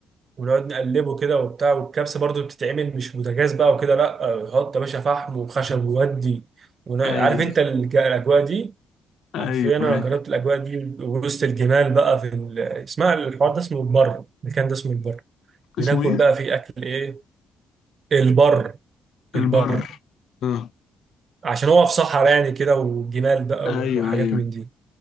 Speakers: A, on the right (about 50°); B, on the left (about 70°).
A: ونقعد نقلبه كده وبتاع والكبسه برضه بتتعمل مش بوتاجاز بقى وكده لا آه، حط يا باشا فحم وخشب وودي ون- عارف
B: ايوه
A: انت الج- الاجواء دي
B: ايوه
A: حرفيا انا
B: ايوه
A: جربت الاجواء دي وسط الجبال بقى في ال... اسمها الحوار ده اسمه البر المكان ده اسمه البر بناكل
B: اسمه ايه
A: بقى فيه اكل ايه البر البر
B: البر اه
A: عشان هو في صحراء يعني كده وجمال بقى
B: ايوه
A: وحاجات
B: ايوه
A: من دي